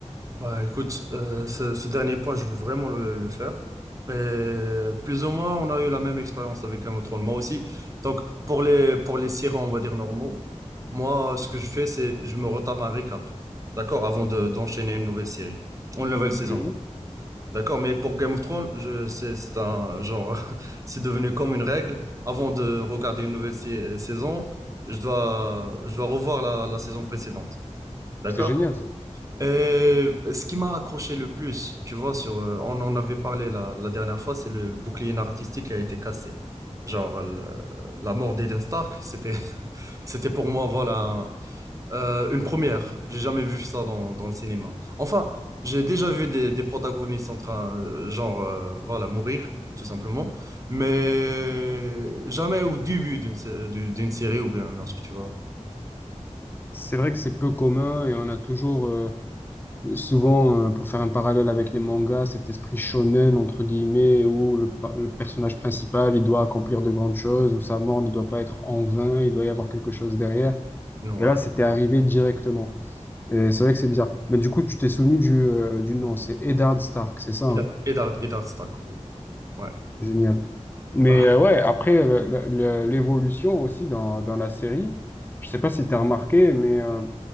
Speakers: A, on the right (about 25°); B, on the left (about 15°).
A: Bah écoute, euh, ce, ce dernier point, je veux vraiment le, le faire. Et plus ou moins, on a eu la même expérience avec Game of Thrones, moi aussi. Donc, pour les, pour les sirènes, on va dire normaux, moi, ce que je fais, c'est je me retape un récap, d'accord, avant de, d'enchaîner une nouvelle série, une nouvelle saison.
B: Mhm.
A: D'accord, mais pour Game of Thrones, je sais, c'est un genre, <laughs> c'est devenu comme une règle. Avant de regarder une nouvelle sai- saison, je dois, je dois revoir la, la saison précédente. D'accord?
B: C'est génial, ça.
A: Et ce qui m'a accroché le plus, tu vois, sur, euh, on en avait parlé la, la dernière fois, c'est le, bouclier narratistique qui a été cassé. Genre, le- la mort d'Eden Stark, c'était, <laughs> c'était pour moi, voilà, euh, une première. J'ai jamais vu ça dans, dans le cinéma. Enfin, j'ai déjà vu des, des protagonistes en train, euh, genre, euh, voilà, mourir, tout simplement. Mais jamais au début d'une sé- du- d'une série ou bien une autre, tu vois.
B: C'est vrai que c'est peu commun et on a toujours, euh, Souvent, euh, pour faire un parallèle avec les mangas, cet esprit shonen, entre guillemets, où le, pa- le personnage principal, il doit accomplir de grandes choses, où sa mort ne doit pas être en vain, il doit y avoir quelque chose derrière.
A: Non,
B: Et
A: ouais.
B: là, c'était arrivé directement. Et c'est vrai que c'est bizarre. Mais du coup, tu t'es souvenu du, euh, du nom, c'est Eddard Stark, c'est ça,
A: Eddard,
B: hein
A: Eddard, Eddard Stark, oui. Ouais.
B: Génial. Mais
A: Bah,
B: euh, ouais, après, euh, le- le- l'évolution aussi dans, dans la série, je sais pas si tu as remarqué, mais... euh,